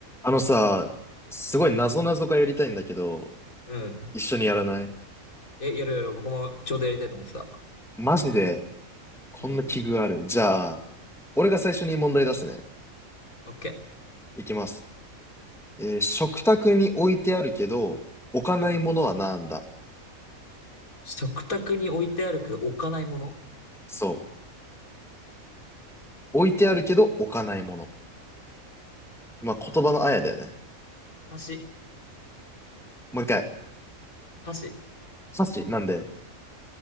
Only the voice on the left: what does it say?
うん。うん。
え、やるやる。僕もちょうどやりたいと思ってた。
うん。
オッケ
ー。うん。食卓に置いてあるけど置かないもの
箸。
箸。